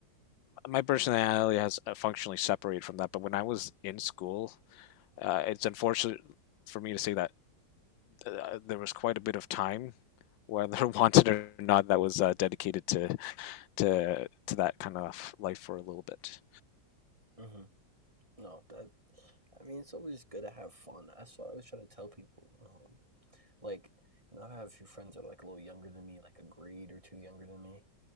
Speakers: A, on the left; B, on the right.
A: my personality has uh, functionally separated from that. But when I was in school, uh, it's unfortunate for me to say that uh, there was quite a bit of time, whether <laughs> wanted or not, that was uh, dedicated to to to that kind of life for a little bit.
B: hmm No, that I mean it's always good to have fun. That's what I always try to tell people. Um, like, you know, I have a few friends that are like a little younger than me, like a grade or two younger than me,